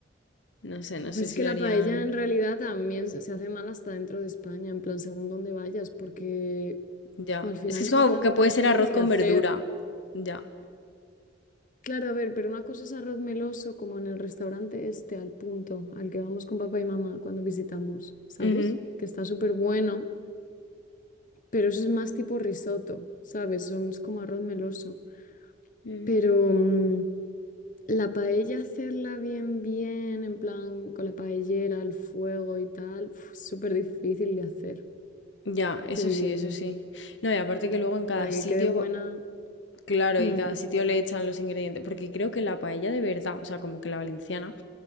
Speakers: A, on the left (about 70°); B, on the left (about 45°).
A: No sé, no
B: Pero
A: sé
B: es
A: si
B: que
A: lo
B: la
A: harían.
B: paella en realidad también se se hace mal hasta dentro de España, en plan, según dónde vayas, porque
A: Ya.
B: pues, al final
A: Es que es
B: es
A: como
B: un plato
A: que puede
B: que no es
A: ser
B: fácil
A: arroz con
B: de hacer.
A: verdura. Ya.
B: Claro, a ver, pero una cosa es arroz meloso, como en el restaurante este, al punto, al que vamos con papá y mamá cuando visitamos, ¿sabes?
A: Ujú.
B: Que está súper bueno, pero eso es más tipo risotto, ¿sabes? Son, es como arroz meloso.
A: Mm.
B: Pero mm, la paella, hacerla bien, bien, en plan, con la paellera, al fuego y tal, uf, es súper difícil de hacer.
A: Ya, eso
B: te diría
A: sí, eso
B: yo.
A: sí. No, y aparte que luego en cada
B: Para que
A: sitio,
B: quede buena.
A: claro,
B: Mm,
A: y cada sitio le echan los ingredientes. Porque creo que la paella de verdad, o sea, como que la valenciana,